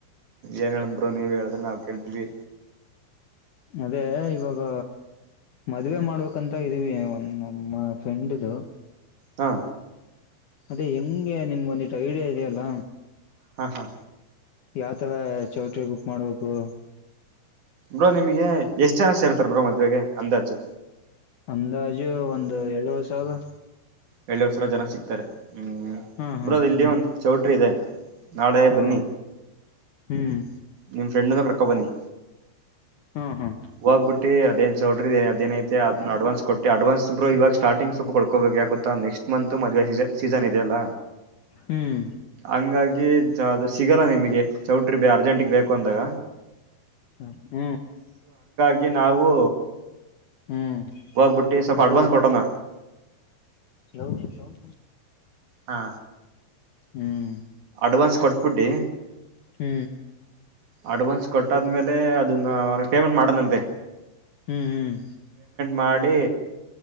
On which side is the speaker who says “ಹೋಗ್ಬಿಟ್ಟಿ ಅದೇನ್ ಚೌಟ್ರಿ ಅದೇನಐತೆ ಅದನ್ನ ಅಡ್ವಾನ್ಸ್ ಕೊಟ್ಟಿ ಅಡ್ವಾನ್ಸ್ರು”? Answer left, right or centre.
Right